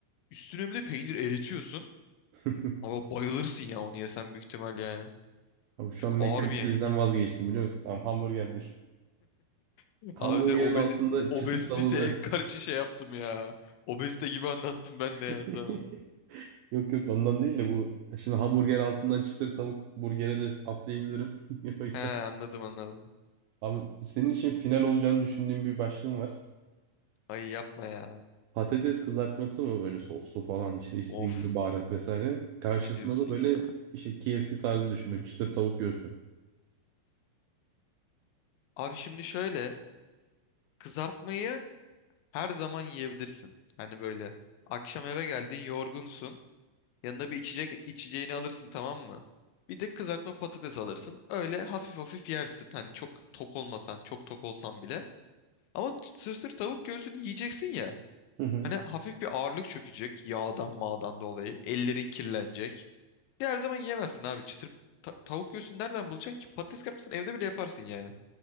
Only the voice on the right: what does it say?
<laughs>
Abi şu
an mac
and
cheese'den
vazgeçtim biliyor musun? Tamam hamburger değil.
Hamburgerin
altında
çıtır tavuğu da
<laughs>
Yok yok ondan değil de bu şimdi hamburger altından çıtır tavuk burgere de atlayabilirim. <laughs> O yüzden
abi senin için final olacağını düşündüğüm bir başlığım var.
Patates kızartması mı böyle soslu falan işte istediğin
gibi baharat vesaire. Karşısında
da böyle
işte KFC tarzı düşün böyle çıtır tavuk göğsü.
Hı hı.